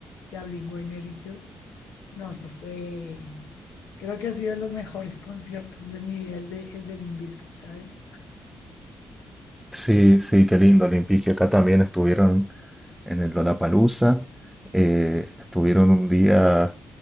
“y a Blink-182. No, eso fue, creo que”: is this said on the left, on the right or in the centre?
Left